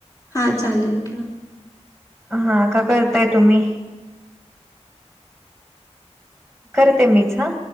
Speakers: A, on the left; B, in the centre.
A: हा चालेल ठेवा.
B: हा का करताय तुम्ही? करते मीच हा.